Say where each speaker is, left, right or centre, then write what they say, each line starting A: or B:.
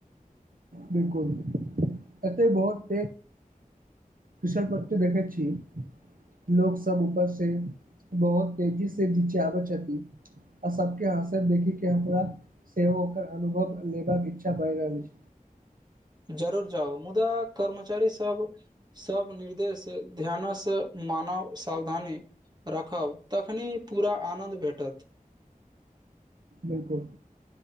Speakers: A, on the right; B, on the right.
A: बिल्कुल, एतय पैघ बहुत। ऋषवपंत देखै छी? लोक सभ ऊपरसँ बहुत तेजीसँ नीचा अबैत छथि। आ सभकेँ हँसैत देखिकऽ हमरा सेहो ओकर अनुभव लेबाक इच्छा भऽ रहल छै।
B: जरूर जाउ, मुदा कर्मचारी सभ। सभ निर्देश ध्यानसँ मानू, सावधानी राखू। रखब तखने पूरा आनन्द भेटत।
A: बिल्कुल,